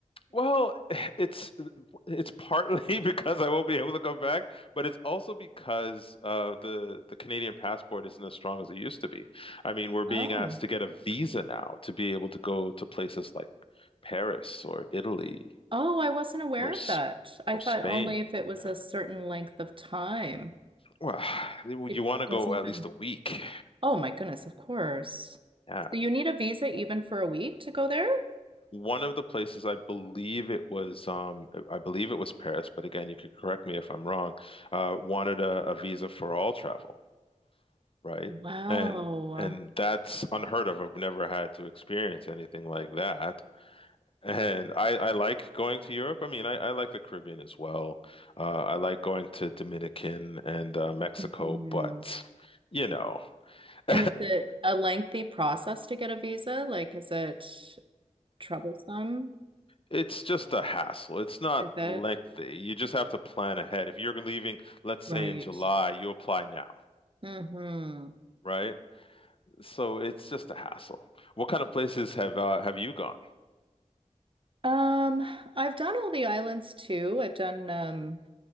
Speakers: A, on the left; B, on the right.
A: Well, <laughs> it's it's partly <laughs> because I won't be able to come back, but it's also because uh, the the Canadian passport isn't as strong as it used to be. I mean, we're being
B: Oh,
A: asked to get a visa now to be able to go to places like Paris or Italy
B: oh, I wasn't aware
A: or S-
B: of that. I
A: or
B: thought
A: Spain.
B: only if it was
A: Yeah.
B: a certain length of time.
A: Well, <sighs> you
B: It
A: want to
B: doesn't
A: go
B: even.
A: at least a week.
B: Oh, my goodness, of course.
A: Yeah.
B: So you need a visa even for a week to go there?
A: One of the places I believe it was um I believe it was Paris, but again, you could correct me if I'm wrong, uh wanted a, a visa for all travel. right?
B: Wow.
A: And and that's unheard of. I've never had to experience anything like that. And I, I like going to Europe. I mean, I, I like the Caribbean as well. Uh, I like going to Dominican and uh, Mexico,
B: Mhm.
A: but you know, <laughs>
B: And is it a lengthy process to get a visa? Like, is it troublesome?
A: it's just a hassle. It's not
B: Is it?
A: lengthy. You just have to plan ahead. If you're leaving, let's
B: Right.
A: say in July, you apply now,
B: Mm-hmm.
A: right? So it's just a hassle. What kind of places have uh, have you gone?
B: Um, I've done all the islands too. I've done um